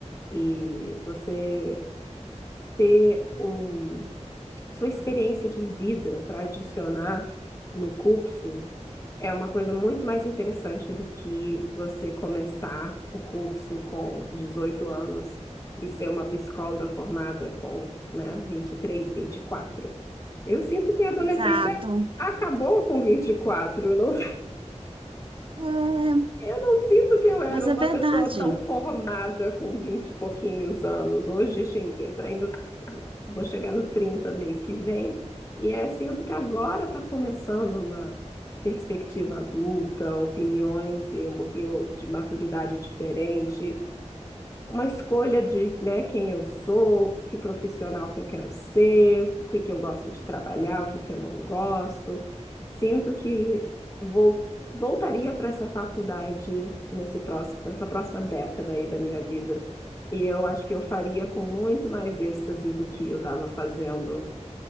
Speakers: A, on the left; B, on the right.
A: E você ter um, sua experiência de vida para adicionar no curso. É uma coisa muito mais interessante do que você começar o curso com 18 anos e ser uma psicóloga formada com, né, vinte vinte e três, vinte e quatro. Eu sinto que minha adolescência
B: Exato.
A: acabou com 24, eu não
B: É,
A: eu não sinto que eu era
B: mas é
A: uma
B: verdade.
A: pessoa tão formada com 20 e pouquinhos anos. Hoje, che- eu tô- ainda vou chegar nos 30 mês que vem. E é, sinto que agora está começando uma perspectiva adulta, opiniões e um pouquinho de maturidade diferente uma escolha de, né, quem eu sou, que profissional que eu quero ser, o que que eu gosto de trabalhar, o que que eu não gosto. Sinto que vou, voltaria para essa faculdade nesse próximo, nessa próxima década aí da minha vida. E eu acho que eu faria com muito mais êxtase do que eu estava fazendo